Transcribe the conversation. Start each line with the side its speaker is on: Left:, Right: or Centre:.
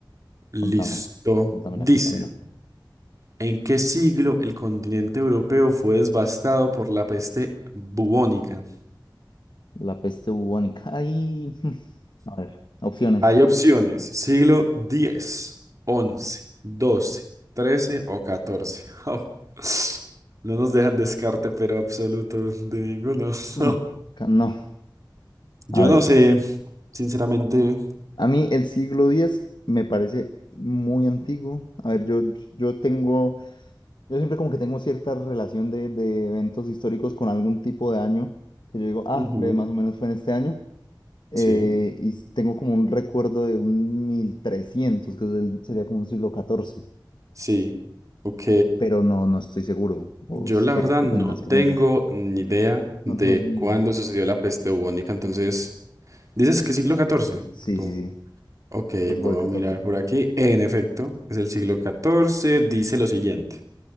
Right: Listo.
Left: Contame, contámela,
Right: Dice.
Left: contámela.
Right: ¿En qué siglo el continente europeo fue devastado por la peste bubónica?
Left: La peste bubónica. Ay, <laughs> a ver, opciones.
Right: Hay opciones, siglo diez, once, doce, trece o catorce. <laughs> no nos dejan descarte, pero absoluto de ninguno. <laughs>
Left: Mm. Ca- No,
Right: Yo
Left: a ver.
Right: no sé, sinceramente.
Left: A mí el siglo diez me parece muy antiguo. A ver, yo, yo tengo, yo siempre como que tengo cierta relación de, de eventos históricos con algún tipo de año, que yo digo, ah,
Right: Ujú.
Left: ve, más o menos fue en este año. Eh,
Right: Sí,
Left: y tengo como un recuerdo de un 1300, que es el- sería como un siglo catorce,
Right: sí. Ok.
Left: pero no, no estoy seguro. ¿Vos
Right: Yo la
Left: qué,
Right: verdad
Left: qué
Right: no
Left: pensás?
Right: tengo
Left: ¿Qué pensás?
Right: ni idea de
Left: No tenés ni
Right: cuándo
Left: idea.
Right: sucedió la peste bubónica, entonces, ¿dices que siglo catorce,
Left: Sí,
Right: tú.
Left: sí, sí.
Right: Ok,
Left: Pues
Right: voy
Left: por el catorce
Right: a mirar por aquí. En efecto, es el siglo XIV. Dice lo siguiente.